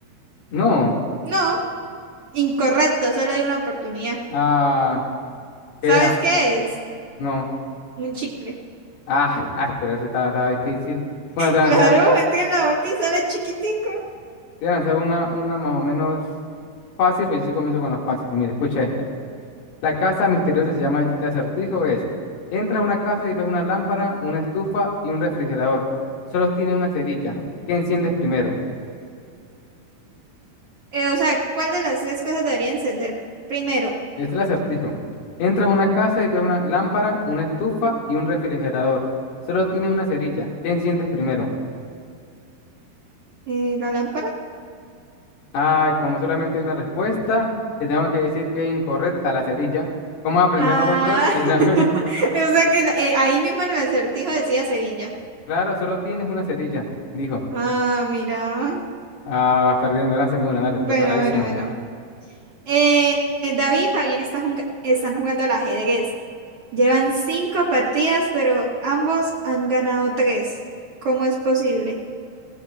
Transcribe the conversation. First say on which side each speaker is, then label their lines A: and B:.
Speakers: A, on the left; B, on the right.
A: No.
B: no. Incorrecto, solo hay una oportunidad.
A: Ah, ¿qué
B: ¿Sabes
A: era?
B: qué es?
A: No.
B: Un chicle.
A: Ah, ay, pero eso estaba, estaba difícil. Bueno, te voy
B: Claro,
A: a lanzar, te
B: entra en la boca y sale chiquitico.
A: voy a lanzar una, una más o menos fácil, pues yo sí comienzo con las fáciles. Mira, escucha esta. La casa misteriosa se llama este acertijo, es. Entra a una casa y ves una lámpara, una estufa y un refrigerador. Solo tiene una cerilla. ¿Qué enciendes primero?
B: Eh, o sea, ¿cuál de las tres cosas debería encender primero?
A: Este es el acertijo. Entras a una casa y ves una lámpara, una estufa y un refrigerador. Solo tiene una cerilla. ¿Qué enciendes primero?
B: Eh, ¿la lámpara?
A: Ay, como solamente hay una respuesta, te tengo que decir que es incorrecta la cerilla. ¿Cómo vas a aprender
B: Ah,
A: los otros si
B: <laughs>
A: no?
B: o
A: <laughs>
B: sea que la- eh, ahí mismo en el acertijo decía cerilla.
A: Claro, solo tienes una cerilla, dijo.
B: Ah, mira.
A: Ah, vas perdiendo, lánzame una, dale,
B: Bueno,
A: preparadísimo.
B: bueno, bueno. Eh, eh, David y Fabián está junga- están jugando al ajedrez. Llevan cinco partidas, pero ambos han ganado tres. ¿Cómo es posible?